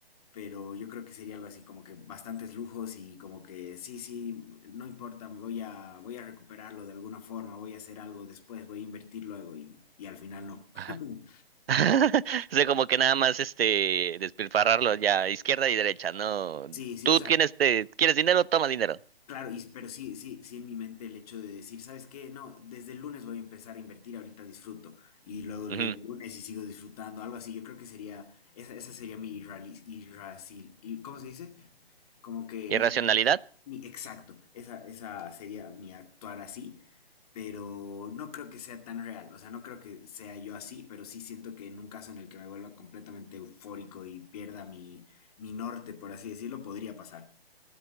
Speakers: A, on the left; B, on the right.
A: Pero yo creo que sería algo así como que bastantes lujos y como que sí, sí, no importa, voy a, voy a recuperarlo de alguna forma, voy a hacer algo después, voy a invertir luego y, y al final no.
B: Ajá.
A: <laughs>
B: <laughs> O sea, como que nada más este despilfarrarlo ya izquierda y derecha, ¿no?
A: Sí, sí,
B: Tú
A: o sea,
B: tienes te, quieres dinero, toma dinero.
A: Claro, y, pero sí, sí, sí en mi mente el hecho de decir, ¿sabes qué? No, desde el lunes voy a empezar a invertir, ahorita disfruto, y luego llega
B: Ujú.
A: el lunes y sigo disfrutando, algo así, yo creo que sería, esa, esa sería mi irrali- irracil, y- ¿cómo se dice? Como que
B: ¿Irracionalidad?
A: mi, mi- exacto, esa, esa sería mi actuar así, pero no creo que sea tan real, o sea, no creo que sea yo así, pero sí siento que en un caso en el que me vuelva completamente eufórico y pierda mi, mi norte, por así decirlo, podría pasar.